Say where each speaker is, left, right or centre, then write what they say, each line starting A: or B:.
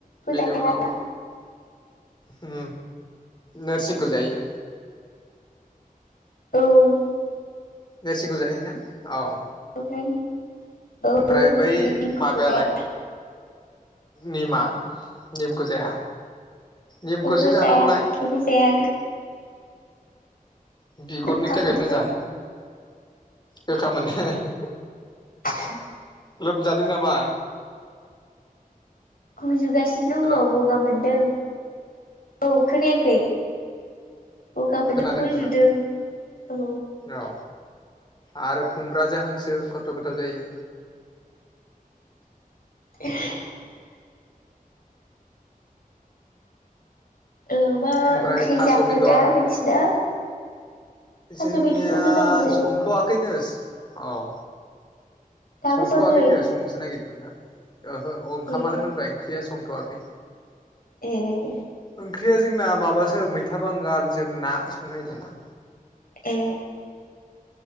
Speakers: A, on the left; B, on the left.
A: बेनि
B: जाया
A: उनाव ह नोरसिंखौ जायो।
B: औ
A: नोरसिंखौ जायो ना औ।
B: <inaudible>
A: ओमफ्राय
B: औ
A: बै
B: निमखौ
A: माबायालाय
B: जाया
A: निमा निमखौ जाया निमखौसो
B: ओहो
A: जानांगौलाय।
B: जाया बेखौ जाया
A: बिगुरनि
B: गोखा
A: थाखाय
B: मोनो
A: मोजां गोखा मोनो। हे हे हे।
B: <inaudible>
A: लोमजादों नामा?
B: खजुगासि नों
A: हेलौ
B: दं‌ गगा मोन्दों? औ खोनायाखै गगा मोनदों
A: खोनादों
B: गुजुदों
A: खोनादों
B: औ।
A: औ आरो खुमब्राजों हांसो खथ' गोथाव जायो।
B: <inaudible> ओ मा
A: ओमफ्राय
B: ओंख्रि
A: थास'
B: जाखो
A: बेदर
B: दा नोंसिना। थास'
A: जोंनिया
B: बेदरखौ मोजां मोनो
A: संथ'वाखैनो औ।
B: दाबो
A: संथ'वाखैनो
B: सङाखै
A: संनोसो नागिरदों दा ओहो ओंखामालाय
B: ए
A: मोनबाय ओंख्रिया सं खाथ'आखै
B: ए
A: ओंख्रिया जोंना माबासो मैथा बांगाल जों ना संनो नागिरदों।
B: ए